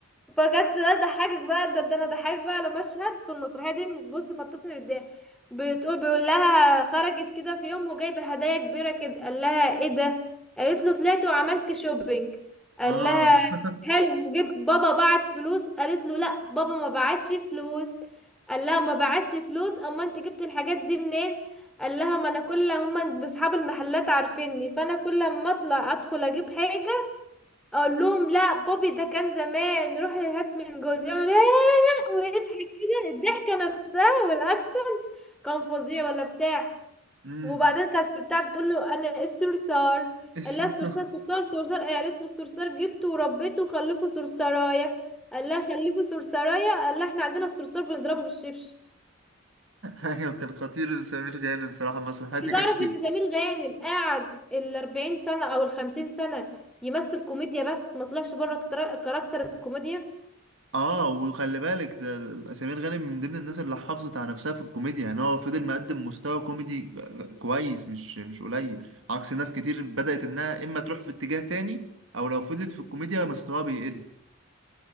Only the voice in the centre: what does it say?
فجت ده ضحكك بقى ده, ده انا ضحكك بقى على مشهد في المسرحيه دي بص فطسني بالضحك بتقول بيقول لها خرجت كده في يوم وجايبه هدايا كبيره كده قال لها ايه ده قالت له طلعت وعملت شوبينج قال
لها
حلو وجبت بابا بعت فلوس قالت له لا بابا ما بعتش فلوس قال لها ما بعتش فلوس اما انت جبت الحاجات دي منين قال لها ما انا كل هما اصحاب المحلات عارفيني فانا كل ما اطلع ادخل اجيب حاجه اقول لهم لا بابي ده كان زمان روحي هات من جوزي يعمل ايه ويضحك كده الضحكه نفسها والاكشن كان فظيع ولا بتاع
وبعدين كانت في بتاع بتقول له انا الصرصار
قال لها الصرصار
صرصار صرصار إيه؟ قالت له الصرصار جبته وربيته وخلفه صرصرايه قال لها خلفه صرصرايه قال لها احنا عندنا الصرصار بنضربه بالشبشب
انت
تعرف
ان سمير غانم قعد ال 40 سنه او ال 50 سنه يمثل كوميديا بس ما طلعش بره كتر- كاركتر الكوميديا